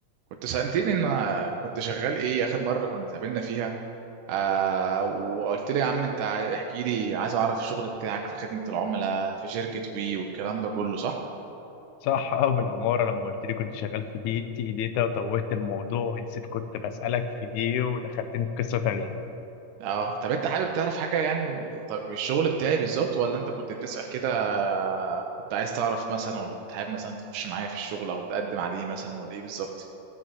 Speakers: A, on the right (about 80°); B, on the left (about 75°).
A: كنت سألتني ان كنت شغال ايه اخر مرة كنا اتقابلنا فيها آه وقلت لي يا عم انت احكي لي عايز اعرف الشغل بتاعك في خدمة العملاء في شركة وي والكلام ده كله صح؟
B: صح اه بالعمارة لما قلت لي كنت شغال في تي تي داتا وتوهت الموضوع ونسيت كنت بسألك في ايه ودخلتني في قصة تانية
A: اه طب انت حابب تعرف حاجة يعني طب الشغل بتاعي بالظبط ولا انت كنت بتسأل كده آه، كنت عايز تعرف مثلا ولا كنت حابب مثلا تخش معايا في الشغل او تقدم عليه مثلا ولا ايه بالظبط؟